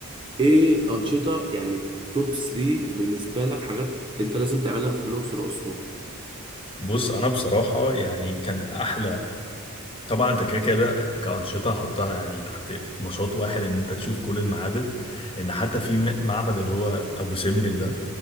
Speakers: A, on the right; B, on the left.
A: ايه الأنشطة يعني توب 3 بالنسبة لك حاجات انت لازم تعملها في الأقصر وأسوان
B: بص أنا بصراحة يعني كان أحلى طبعا انت كده كده كأنشطة حطها يعني تحت نشاط واحد ان انت تشوف كل المعابد لان حتى في م- معبد اللي هو ابو سمبل ده